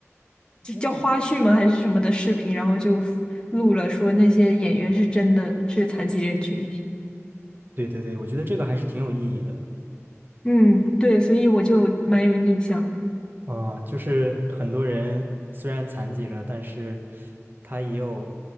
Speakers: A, on the left; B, on the right.
A: 就叫花絮吗？还是什么的视频，然后就录了说那些演员是真的是残疾人群体。
B: 对对对，我觉得这个还是挺有意义的。
A: 嗯，对，所以我就蛮有印象的。
B: 啊、就是很多人虽然残疾了，但是他也有